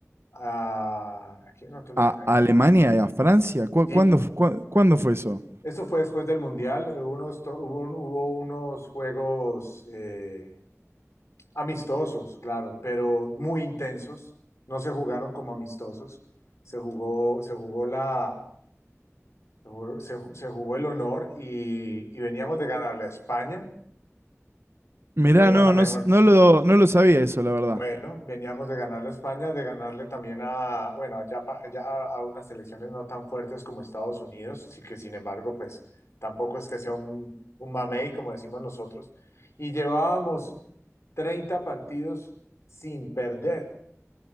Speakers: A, on the left; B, on the right.
A: a, aquí nosotros
B: a
A: le ganamos a
B: Alemania
A: Ingl-
B: y a Francia, ¿cu-
A: Sí,
B: ¿cuándo, fu- cuándo fue eso?
A: eso fue después del Mundial. eh, Unos, to- hubo, un- hubo unos juegos eh, amistosos, claro, pero muy intensos. No se jugaron como amistosos. Se jugó, se jugó la, se, jugó se ju- se jugó el honor y, y veníamos de ganarle a España,
B: Mirá,
A: que era
B: no,
A: la mejor.
B: no, no lo, no lo sabía eso, la verdad.
A: Bueno, veníamos de ganarle a España, de ganarle también a, bueno, ya, pa- ya a unas selecciones no tan fuertes como Estados Unidos, sí que sin embargo, pues tampoco es que sea un, un mamey, como decimos nosotros. Y llevábamos 30 partidos sin perder,